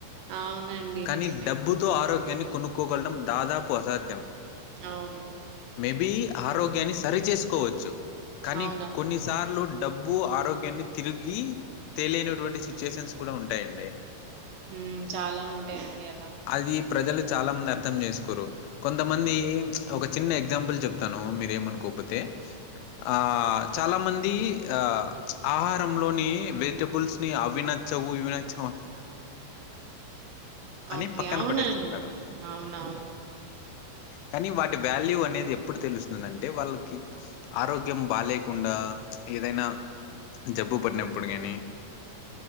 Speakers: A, on the right (about 80°); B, on the left (about 85°).
A: అవునండి
B: కానీ
A: నిజమే
B: డబ్బుతో ఆరోగ్యాన్ని కొనుక్కోగలడం దాదాపు అసాధ్యం
A: ఆవును
B: మేబి ఆరోగ్యాన్ని సరిచేసుకోవచ్చు కానీ
A: అవునవును.
B: కొన్నిసార్లు డబ్బు ఆరోగ్యాన్ని తిరిగి తేలినటువంటి సిచ్యుయేషన్స్ కూడా ఉంటాయండి
A: మ్మ్ చాలా ఉంటాయండి అలా
B: అది ప్రజలు చాలా మంది అర్థం చేసుకోరు కొంతమంది ఒక చిన్న ఎగ్జాంపుల్ చెప్తాను మీరు ఏమను కో కొపొతే ఆ చాలా మంది ఆ ఆహారంలోని వెజిటబుల్స్ ని అవి నచ్చవు ఇవి నచ్చవు అని అని
A: ఓకే
B: పక్కన
A: అవునండి
B: పడేస్తుంటారు.
A: అవునవును
B: కానీ వాటి వ్యాల్యూ అనేది ఎప్పుడు తెలుస్తుందంటే వాళ్ళకి ఆరోగ్యం బా లేకుండా ఏదైనా జబ్బు పడినప్పుడు కానీ